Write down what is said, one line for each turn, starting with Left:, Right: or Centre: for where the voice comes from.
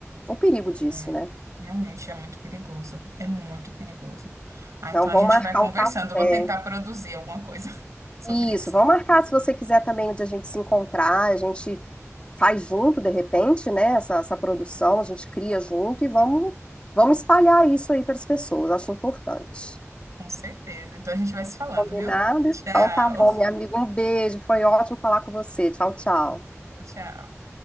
Left: O perigo disso,
Right: É,
Left: né?
Right: realmente é muito perigoso. É muito perigoso. Ah,
Left: Não
Right: então a
Left: vão
Right: gente
Left: marcar
Right: vai conversando.
Left: o café.
Right: Eu vou tentar produzir alguma coisa <laughs> sobre
Left: Isso,
Right: isso.
Left: vamos marcar se você quiser também de a gente se encontrar, a gente faz junto de repente, né? Essa, essa produção, a gente cria junto e vamos, vamos espalhar isso aí para as pessoas, acho importante.
Right: Com certeza. Então a gente vai se falando,
Left: Combinado?
Right: viu? Tchau.
Left: Então tá bom, minha amiga,
Right: <laughs>
Left: um beijo, foi ótimo falar com você. Tchau, tchau.
Right: Tchau, tchau.